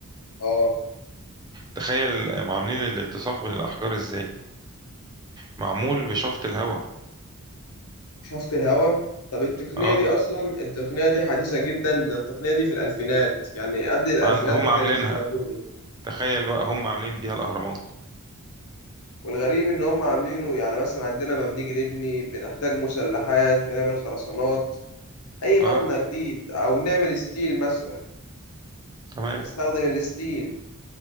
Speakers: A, on the left; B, on the right.
A: أه
B: تخيل عاملين الالتصاق بين الاحجار ازاي معمول بشفط الهواء
A: شفط الهواء طب التقنية
B: اه
A: دي أصلا التقنية دي حديثة جدا ده التقنية دي في الألفينات يعني قبل الألفينات
B: عن هم
A: ما
B: عاملينها
A: كانتش موجودة
B: تخيل بقى هم عاملين بيها الاهرامات
A: والغريب إن هم عاملينه يعني مثلا عندنا ما بنيجي نبني بنحتاج مسلحات بنعمل خرسانات أي مبنى
B: اه
A: جديد أو نعمل ستيل مثلا
B: تمام
A: بنستخدم الستيل